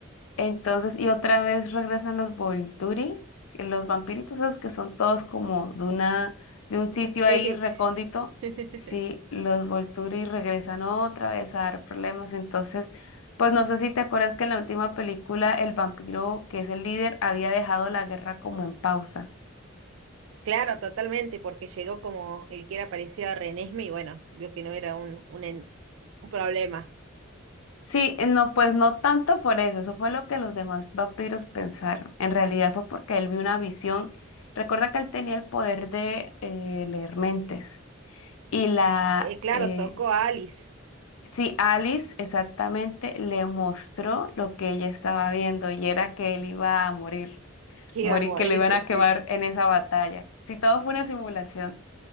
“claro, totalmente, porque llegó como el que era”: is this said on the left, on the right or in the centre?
Right